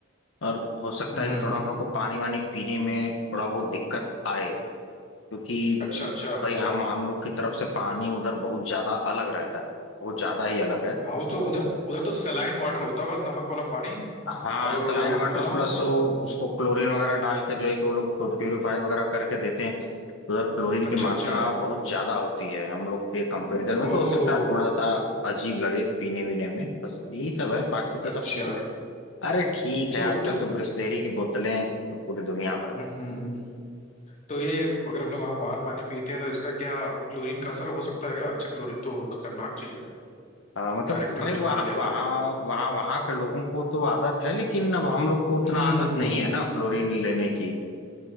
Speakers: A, on the left; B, on the left.
A: और हो सकता
B: हम्म
A: है कि थोड़ा हम लोग को पानी वानी पीने में थोड़ा बहुत दिक्कत आए क्योंकि
B: अच्छा अच्छा
A: भाई हम हम लोग की तरफ से पानी उधर बहुत ज्यादा अलग रहता है बहुत ज्यादा ही अलग है
B: हाँ वो तो उधर उधर तो सलाइन वाटर होता होगा नमक वाला पानी
A: हाँ
B: और
A: सलाइन वाटर
B: सुनाओ
A: प्लस वो उसको क्लोरीन वगैरह डाल के जो है कि वो लोग प्योरीफाई वगैरह करके देते हैं तो उधर क्लोरीन
B: अच्छा
A: की मात्रा
B: अच्छा
A: बहुत ज्यादा होती है हम लोग के कंपैरिजन में
B: ओ
A: तो हो सकता है थोड़ा सा अजीब लगे पीने वीने में बस यही सब है बाकी तो
B: अच्छा
A: सब ठीक है अरे ठीक है
B: तो
A: आजकल
B: तो
A: तो ब्रिस्लेरी की बोतलें तो पूरी दुनिया भर में
B: हम्म
A: है
B: तो ये अगर हम लोग वहाँ बाहर पानी पीते हैं तो इसका क्या वो क्लोरीन का असर हो सकता है क्या अच्छा क्लोरीन तो खतरनाक चीज है
A: आ, मतलब
B: डायरेक्ट कंज्यूम
A: भाई वहाँ
B: की जाए
A: वहाँ
B: तो
A: वहाँ वहाँ के लोगों को तो आदत है लेकिन अब हम लोग को उतना
B: हम्म
A: आदत नहीं है ना क्लोरीन लेने की